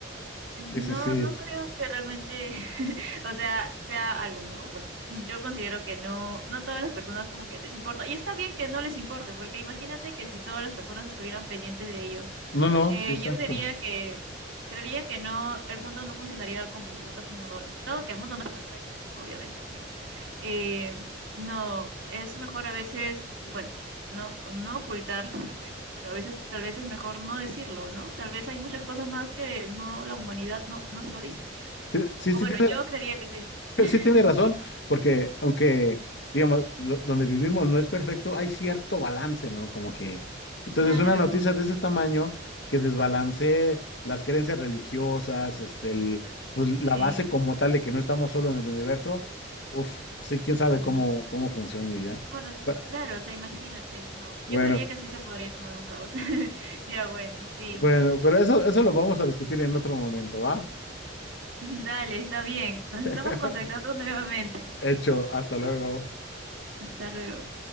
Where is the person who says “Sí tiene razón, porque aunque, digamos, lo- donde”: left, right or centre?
Left